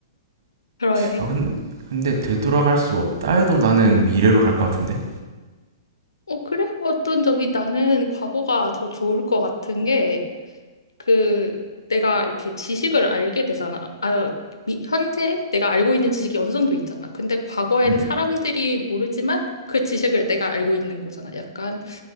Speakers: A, on the left; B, on the right.
A: 그러게.
B: 아, 근, 근데 되돌아갈 수 없다 해도 나는 미래로 갈 것 같은데?
A: 어, 그래? 어떤 점이 나는 과거가 더 좋을 것 같은 게, 그, 내가 이렇게 지식을 알게 되잖아. 아, 미- 현재 내가 알고 있는 지식이 어느 정도 있잖아. 근데 과거엔
B: 음,
A: 사람들이 모르지만 그 지식을 내가 알고 있는 거잖아. 약간